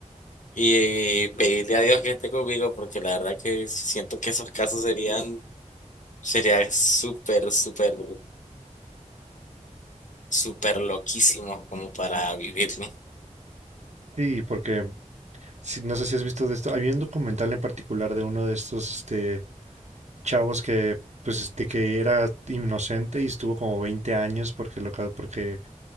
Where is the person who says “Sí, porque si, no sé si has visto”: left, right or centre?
Right